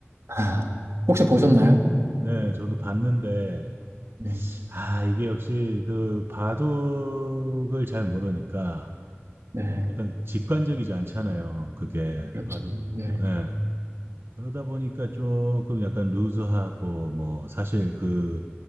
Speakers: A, on the right (about 80°); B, on the right (about 60°).
A: 아, 혹시 보셨나요?
B: 저, 네, 저도 봤는데,
A: 네.
B: 아, 이게 역시 그 바둑을 잘 모르니까,
A: 네.
B: 약간 직관적이지 않잖아요. 그게
A: 그렇죠.
B: 바둑,
A: 네.
B: 네. 그러다 보니까 조금 약간 루즈하고, 뭐, 사실 그,